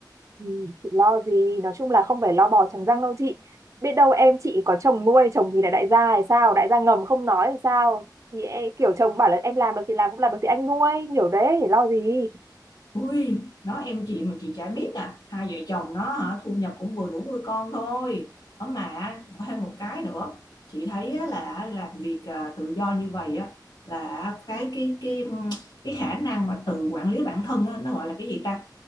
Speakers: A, on the right (about 45°); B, on the left (about 70°).
A: Ừ, chị lo gì nói chung là không phải lo bò trắng răng đâu chị biết đâu em chị có chồng nuôi chồng thì là đại gia hay sao đại gia ngầm không nói hay sao thì e- kiểu chồng bảo là em làm được thì làm cũng làm được thì anh nuôi hiểu đấy thì lo gì
B: ui nói em chị mà chị chả biết à hai vợ chồng nó hả thu nhập cũng vừa đủ nuôi con thôi ở mà có thêm một cái nữa chị thấy á, là làm việc à, tự do như vậy á là cái cái cái cái khả năng mà tự quản lý bản thân á, nó gọi là cái gì ta